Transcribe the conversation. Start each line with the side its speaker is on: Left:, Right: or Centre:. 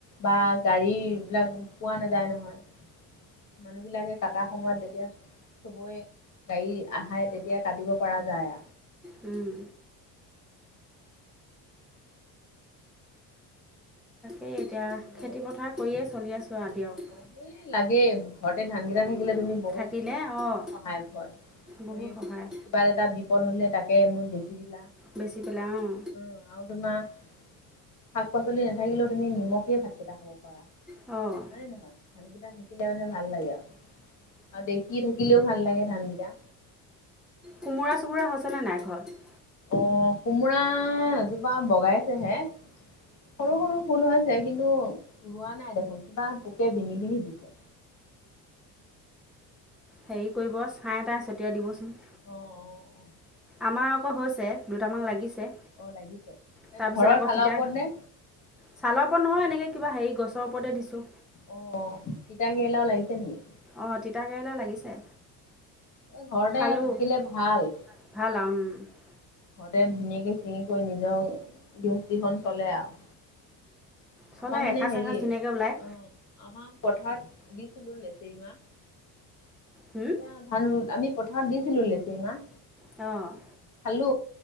Left: বা গাড়ী বিলাক পোৱা নাযায় নহয়। মানুহ বিলাকে কাটা সময়ত যেতিয়া চবৈ গাড়ী আহে তেতিয়া কাটিব পৰা যায়।
Centre: উম। এই এতিয়া
Left: আৰু
Centre: খেতি পথাৰ কৰিয়েই চলি আছোঁ আৰু দিয়ক।
Left: এ লাগে ঘৰতে ধানকেইটা থাকিলে তুমি বহুতখিনি
Centre: থাকিলে
Left: সহায়
Centre: অঁ
Left: হয় তুমি
Centre: বহুত সহায়
Left: কবাৰ এটা বিপদ হ'লে তাকে এমোন বেছি দিলা।
Centre: বেচি পেলাই অ'।
Left: আৰু তোমাৰ শাক পাচলি নাথাকিলেও তুমি নিমখে ভাতকেইটা খাব পাৰা।
Centre: অ'।
Left: হয়ানে নহয় ধানকেইটা থাকিলে মানে ভাল লাগে আৰু আৰু দেকী থাকিলেও ভাল লাগে ধানকেইটা।
Centre: কোমোঁৰা চোমোৰা হৈছেনেে নাই ঘৰত।
Left: অ', কোমোৰা এজোপা বগাইছে হে সৰু সৰু ফুল কিন্তু ৰোৱা নাই দেখোন কিবা পোকে বিন্ধি পিন্ধি দিছে।
Centre: হেৰি কৰিব ছাই তাই ছটিয়াই দিবচোন।
Left: অ', অ', অ'।
Centre: আমাৰ আকৌ হৈছে। দুটামান লাগিছে।
Left: অ', লাগিছে
Centre: তাৰপিছত
Left: এ ঘৰৰ
Centre: আকৌ
Left: চালৰ
Centre: তিতা
Left: ওপৰত নে।
Centre: ছালৰ ওপৰত নহয় এনেকৈ কিবা হে গছৰ ওপতে দিছোঁ।
Left: অ', তিতা কেৰেলাও লাগিছে নেকি।
Centre: অ', তিতা কেৰেলা লাগিছে।
Left: উম, ঘৰতে
Centre: খালোঁ
Left: থাকিলে ভাল।
Centre: <unintelligible>
Left: ঘৰতে ধুনীয়াকে ছিঙি কৰি নিজৰ গৃহস্থীখন চলে আৰু
Centre: চলে,
Left: আমাৰ মানে
Centre: এসাঁজ
Left: হেৰি
Centre: এসাঁজ ধুনীয়াকৈ ওলায়
Left: অ আমাৰ পথাৰত দিছিলো নেচেৰি মাহ
Centre: হুম,
Left: এ ধান আমি পথাৰত দিছিলো লেচি মা
Centre: অ',
Left: খালো,